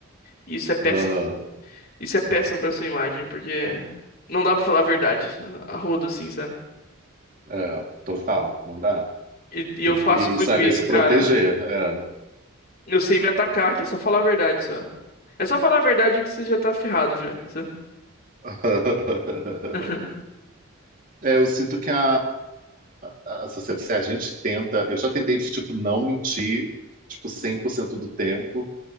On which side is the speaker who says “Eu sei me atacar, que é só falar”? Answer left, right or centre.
Left